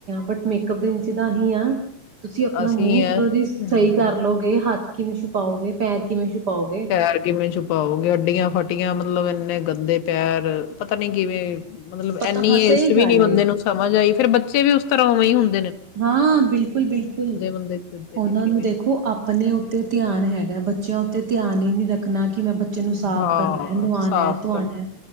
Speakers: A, on the right; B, on the left.
A: ਬਟ ਮੇਕਅਪ ਦੇ ਵਿੱਚ ਤਾਂ ਅਸੀਂ ਆ। ਤੁਸੀਂ ਆਪਣਾ
B: ਅਸੀਂ
A: ਮੂੰਹ ਉੱਪਰੋਂ
B: ਹੈ
A: ਦੀ ਸਹੀ
B: ਹਮ
A: ਕਰ ਲਓਗੇ ਹੱਥ ਕਿਵੇਂ ਛਪਪਾਓਗੇ ਪੈਰ ਕਿਵੇਂ ਛੁਪਾਓਗੇ
B: ਪੈਰ ਕਿਵੇਂ ਛੁਪਾਓਗੇ ਅੱਡੀਆਂ ਫਟ ਟੀਆਂ ਮਤਲਬ ਇੰਨੇ ਗੰਦੇ ਪੈਰ ਪਤਾ ਨੀ ਕਿਵੇਂ ਮਤਲਬ
A: ਪਤਾ
B: ਐਨੀ
A: ਹਾਂ ਸਹੀ
B: ਏਜ ਚ
A: ਗੱਲ
B: ਵੀ ਨੀ ਬੰਦੇ
A: ਏ
B: ਨੂੰ ਸਮਝ ਆਈ ਫੇਰ ਬੱਚੇ ਵੀ ਉਸ ਪਰਵਮੁੰ ਹੁੰਨ।
A: ਹਾਂ। ਬਿਲਕੁਲ -ਬਿਲਕੁਲ
B: ਬੰਦੇ ਫਿਰਦੇ
A: ਉਹਨਾਂ
B: ਨੇ ਕਿਵੇਂ
A: ਨੂੰ ਦੇਖੋ ਆਪਣੇ ਉੱਤੇ ਧਿਆਨ ਹੈਗਾ ਬੱਚਿਆਂ ਉੱ ਤੇ ਧਿਆਨ ਹੀ ਨੀ ਰੱਖਣਾ ਕਿ ਮੈਂ ਬੱਚੇ ਨੂੰ ਸਾਫ਼
B: ਹਾਂ
A: ਕਰਨਾ ਨੁਆਉਣਾ
B: ਸਾਫ਼
A: ਧਆਣਾ